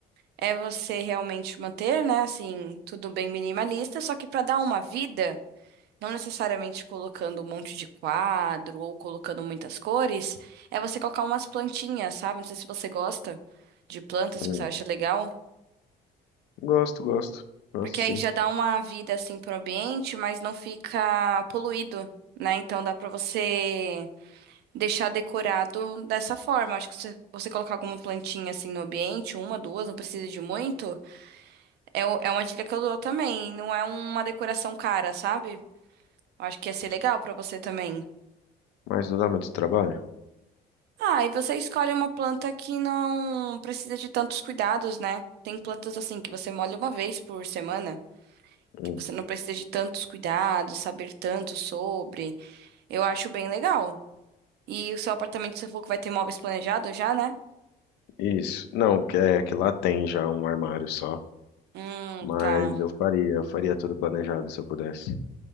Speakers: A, on the right; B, on the left.
A: é você realmente manter, né, assim, tudo bem minimalista, só que para dar uma vida, não necessariamente colocando um monte de quadro ou colocando muitas cores, é você colocar umas plantinhas, sabe? Não sei se você gosta de plantas,
B: Hum,
A: se você acha legal,
B: Gosto, gosto, gosto
A: porque
B: sim.
A: aí já dá uma vida assim pro ambiente, mas não fica poluído, né? Então dá para você deixar decorado dessa forma. Acho que se você colocar alguma plantinha assim no ambiente, uma, duas, não precisa de muito. É, o- é uma dica que eu dou também. Não é uma decoração cara, sabe? Eu acho que ia ser legal pra você também.
B: Mas não dá muito trabalho?
A: Ah, e você escolhe uma planta que não precisa de tantos cuidados, né? Tem plantas assim que você molha uma vez por semana,
B: Hum.
A: que você não precisa de tantos cuidados, saber tanto sobre. Eu acho bem legal. E o seu apartamento, você falou que vai ter móveis planejados já, né?
B: Isso. Não, que- é que lá tem já um armário só,
A: Hum,
B: mas
A: tá.
B: eu faria, eu faria tudo planejado se eu pudesse.